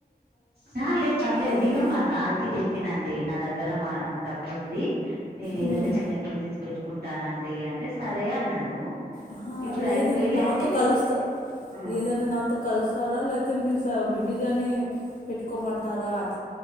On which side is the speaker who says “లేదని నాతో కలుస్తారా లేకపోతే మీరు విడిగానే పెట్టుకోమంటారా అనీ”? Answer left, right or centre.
Left